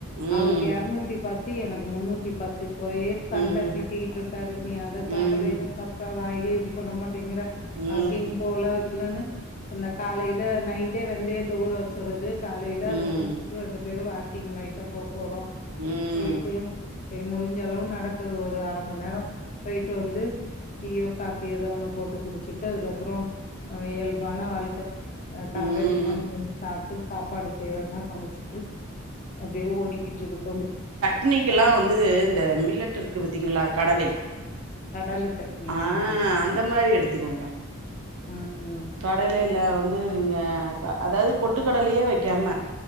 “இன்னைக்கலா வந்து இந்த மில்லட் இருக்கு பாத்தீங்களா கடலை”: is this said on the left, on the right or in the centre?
Right